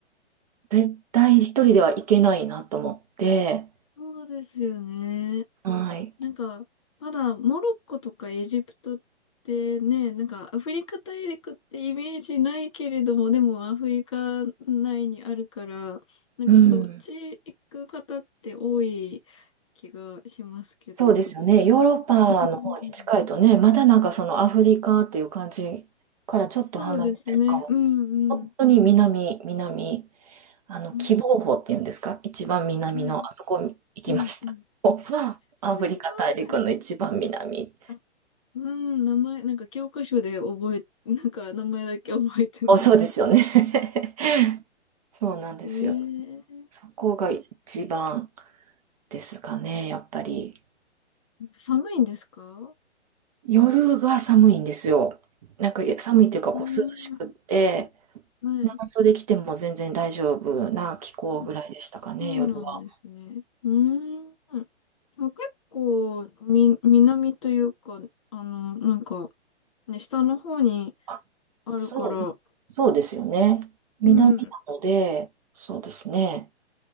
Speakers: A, on the right (about 35°); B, on the left (about 30°).
A: 絶対一人では行けないなと思って、
B: そうですよね。
A: はい。
B: なんか、まだモロッコとかエジプトってね、なんかアフリカ大陸ってイメージないけれども、でもアフリカ内にあるから、なんかそっち行く方って多い
A: うん。
B: 気がしますけど。
A: そうですよね。ヨーロッパの方に近いとね、
B: うん。
A: まだなんかそのアフリカっていう感じからちょっと離れてるかも。
B: そうですね。うんうん。
A: 本当に南、南、あの、
B: うん、
A: 喜望峰っていうんですか一番南の、
B: はい。
A: あそこ行きました。
B: うんうん。
A: <laughs> お
B: すごい。
A: アフリカ大陸の一番南。
B: あ、うん、名前、なんか教科書で覚え、なんか名前だけ覚えてます。
A: お、そうですよね。<laughs> そうなんですよ。
B: ええ
A: そこが一番ですかね、やっぱり。
B: 寒いんですか
A: 夜が寒いんですよ。なんか寒いっていうか、
B: うー
A: こう涼しくって、
B: ん、はい。
A: 長袖着ても全然大丈夫な気候ぐらいでしたかね、
B: あ、そうなんですね。
A: 夜は。
B: うーん。まあ結構、み、南というか、あの、なんか、ね、下の方に
A: あ、
B: あるから、
A: そう、そうですよね。南なので、
B: うん。
A: そうですね。